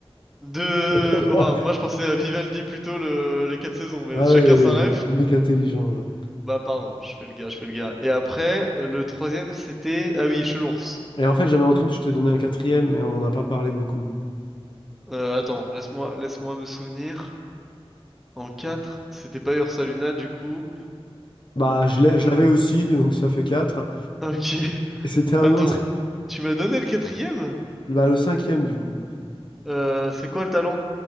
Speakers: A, in the centre; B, on the left.
A: de...
B: <laughs>
A: Ouah, moi je pensais à Vivaldi plutôt le... les quatre saisons, mais
B: Ah
A: chacun
B: ouais,
A: sa ref.
B: le mec intelligent, genre.
A: Bah pardon, je fais le gars, je fais le gars. Et après, euh, le troisième c'était... Ah oui, Chelours.
B: Et en fait, j'avais rendu compte que je t'ai donné un quatrième, mais on n'en a pas parlé beaucoup.
A: Euh, attends, laisse-moi laisse-moi me souvenir. En 4, c'était pas Ursa Luna du coup.
B: Bah, je l'ai-
A: Euh,
B: je l'avais aussi, donc ça fait 4.
A: Ok, <laughs>
B: Et c'était un
A: attends.
B: autre.
A: Tu m'as donné le quatrième?
B: Bah, le cinquième, du coup,
A: Euh, c'est quoi le talent?